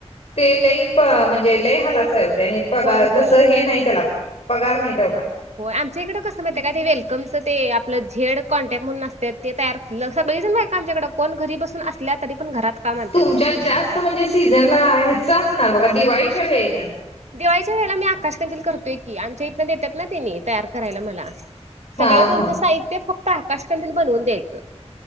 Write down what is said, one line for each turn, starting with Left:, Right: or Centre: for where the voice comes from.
Left: ते लई म्हणजे लय हालाचं हाय ओ ते आणि पगार
Right: होय होय.
Left: तस हे नाही त्याला पगार नाही तेवढा
Right: हो आमच्या इकडं कसं माहित आहे काय ते वेलकमच ते आपलं झेड कॉन्टॅक्ट म्हणून असत्यात ते तयार सगळीजण बायका आमच्याकडं कोण घरी बसून असल्या तरी पण घरात काम आणत्यात.
Left: तुमच्यात जास्त म्हणजे सीझनला ह्याच असणार बघा दिवाळीच्या वेळेत
Right: दिवाळीच्या वेळेला मी आकाशकंदील करतोय की आमच्या इथंनं देतात ना त्यांनी तयार करायला मला
Left: हा
Right: सगळं तुमचं
Left: हा
Right: साहित्य फक्त आकाशकंदील बनवून द्यायचं